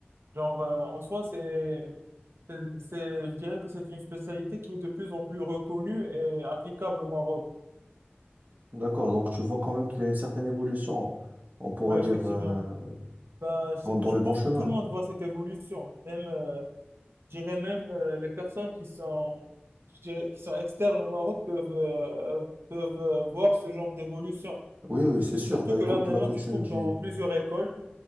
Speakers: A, on the right; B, on the right.
A: Genre, euh, en soi, c'est, c'est, c'est- je dirais que c'est une spécialité qui est de plus en plus reconnue et applicable au Maroc.
B: D'accord, donc tu vois quand même qu'il y a une certaine évolution, on pourra
A: Oui,
B: dire
A: effectivement.
B: euh,
A: Ben, je,
B: dans, dans
A: je
B: le
A: pense
B: bon chemin.
A: que tout le monde voit cette évolution. Même, euh, je dirais même euh, les personnes qui sont, je dirais, qui sont externes au Maroc peuvent, euh, peuvent euh, voir ce genre d'évolution.
B: Oui, oui, c'est sûr.
A: Surtout
B: Bah
A: que
B: écoute,
A: là, maintenant,
B: là que
A: tu
B: tu
A: trouves
B: me dis,
A: dans plusieurs écoles,